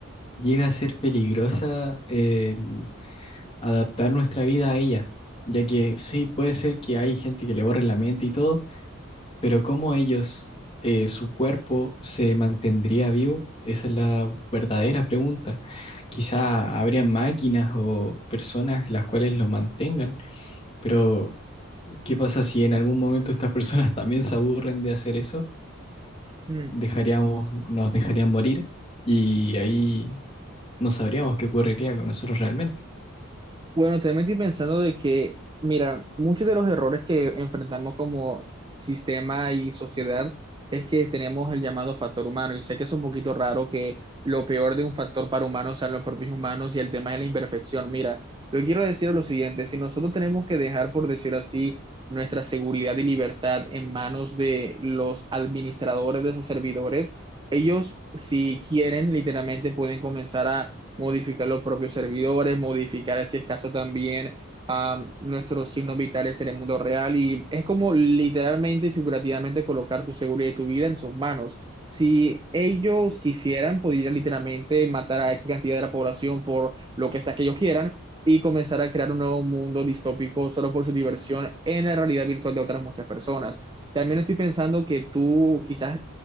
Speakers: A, on the left (about 25°); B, on the right (about 20°).
A: llega a ser peligrosa el adaptar nuestra vida a ella, ya que sí, puede ser que hay gente que le borre la mente y todo, pero cómo ellos, eh, su cuerpo se mantendría vivo, esa es la verdadera pregunta. Quizá habrían máquinas o personas las cuales lo mantengan, pero ¿qué pasa si en algún momento estas personas <laughs> también se aburren de hacer eso?
B: Ujú.
A: Dejaríamos, nos dejarían morir y ahí no sabríamos qué ocurriría con nosotros realmente.
B: Bueno, también estoy pensando de que, mira, muchos de los errores que enfrentamos como sistema y sociedad es que tenemos el llamado factor humano y sé que es un poquito raro que lo peor de un factor para humanos sean los propios humanos y el tema de la imperfección. Mira, yo quiero decir lo siguiente, si nosotros tenemos que dejar, por decir así, nuestra seguridad y libertad en manos de los administradores de esos servidores, ellos si quieren literalmente pueden comenzar a modificar los propios servidores, modificar, si es caso, también a nuestros signos vitales en el mundo real. Y es como literalmente y figurativamente colocar tu seguridad y tu vida en sus manos. Si ellos quisieran, podrían literalmente matar a X cantidad de la población por lo que sea que ellos quieran y comenzar a crear un nuevo mundo distópico solo por su diversión en la realidad virtual de otras muchas personas. También estoy pensando que tú quizás